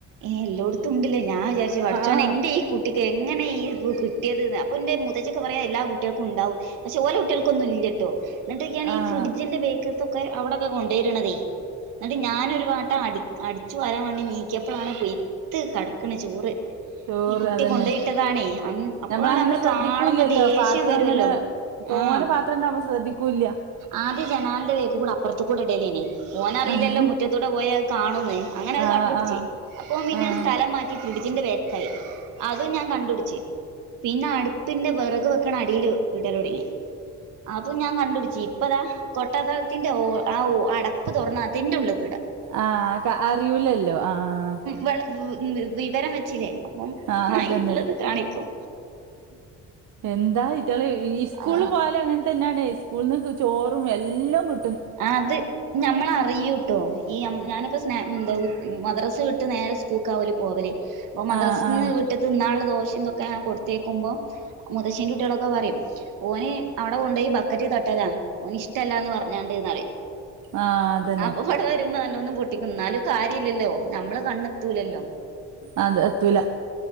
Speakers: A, on the right; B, on the right.
A: ഏഹ് എല്ലോട്ത്തും ഇണ്ട്ല്ലേ ഞാ വിചാരിച്ച് പടച്ചോനെ
B: ആഹ്
A: ഇന്റെ ഈ കുട്ടിക്ക് എങ്ങനെ ഈ ഇത് കിട്ടിയെത് ന്ന് അപ്പം ഇൻ്റെ മൂത്തച്ചിയൊക്കെ പറയും അത് എല്ലാ കുട്ടിയൾക്കും ഇണ്ടാവും പക്ഷെ ഓലെ കുട്ടിയൾക്കൊന്നും ഇല്ല്യ ട്ടോ ഇന്നട്ടോക്ക്യാണി
B: ആഹ്
A: ഈ ഫ്രിഡ്ജിന്റെ ബാക്ക്ത്തൊ ക്കെ അവിടൊക്കെ കൊണ്ടോയിട്ണതേ എന്നിട്ട് ഞാനൊരു വാട്ടം അടി അടിച്ചു വരാ വേണ്ടി നീ ക്കിയെപ്പളാണ് പുയ്ത്ത് കടക്ക്ണ് ചോറ്
B: ചോറ്
A: ഈ കുട്ടി
B: അതന്നെ
A: കൊണ്ടോയിട്ടതാണേ അപ്പൊ
B: ഞമ്മളങ്ങനെ
A: നമ്മള്
B: ശ്രദ്ധിക്കൂല്ലല്ലോ
A: കാണുമ്പോ ദേഷ്യം
B: പാത്രം
A: വരുവല്ലോ
B: അങ്ങനെ തോനെ
A: ആഹ്
B: പാത്രംണ്ടാവുമ്പം ശ്രദ്ധിക്കൂല്ല്യ
A: ആദ്യം ജനാലെന്റെ ബേക്ക് കൂടെ അപ്പർത്ത് കൂടെ ഇടലേനി ഓനററീല്ലല്ലോ
B: ആഹ്
A: മുറ്റ ത്ത് കൂടെ പോയാ അത് കാണുംന്ന് അങ്ങനത്
B: ആഹ്
A: കണ്ടുട്ച്ച് അപ്പ ഓം പിന്നെ
B: ആഹ്
A: സ്ഥല ലം മാറ്റി ഫ്രിഡ്ജിന്റെ ബേക്ക്ക്കായി അതും ഞാൻ കണ്ടുട്ച്ച് പിന്നെ അടുപ്പിന്റെ വെറക് വെക്ക്ണ അടിയില് ഇടലൊട്ങ്ങി അതും ഞാൻ കണ്ടുട്‌ച്ച് ഇപ്പെതാ കൊട്ട തൾത്തിന്റെ ആ അടപ്പ് തൊറന്ന് അതിന്റെ ഉള്ള്ക്ക്ട
B: ആ ക അറിയൂലല്ലോ ആഹ്
A: വേ വിവരം വെച്ചില്ലേ അപ്പം
B: ആഹ് അതന്നെ
A: അയ്റ്റങ്ങള് ത് കാണിക്കും
B: എന്താ ഇറ്റള് ഈ സ്കൂളിൽ
A: ആ
B: പോയാലും അങ്ങനെ തന്നെയാണേ സ്കൂളന്ന് ചോറും എല്ലാം കി
A: ആഹ് അത് ഞമ്മൾ അറിയൂട്ടോ ഈ ഞാനിപ്പ സ് എന്താ മദ്രാസൽ വിട്ട് നേരെ സ്കൂൾക്ക ഓല് പോവല് ഇപ്പൊ മദ്രാസിൽ
B: ആഹ് ആഹ്
A: നിന്ന് വിട്ട് തിന്നാനുള്ള ദോശം ഇതൊക്കെ കൊടുത്തേക്കുമ്പോ മുതശ്ശന്റെറെ കുട്ടികളൊക്കെ പറയും ഓന് അവിടെ കൊണ്ടോയി ബക്കറ്റ് തട്ടല ഓന് ഇഷ്ടല്ലാ എന്ന് പറഞ്ഞാണ് പറി
B: ആഹ് അതന്നെ
A: അപ്പൊ ഇവടേ ന്നിട്ട് മ്മ നല്ലൊന്നും പൊട്ടിക്കും എന്നാലും കാര്യല്ലല്ലോ നമ്മള് കണ്ണെത്തൂലല്ലോ
B: അതെ എത്തുല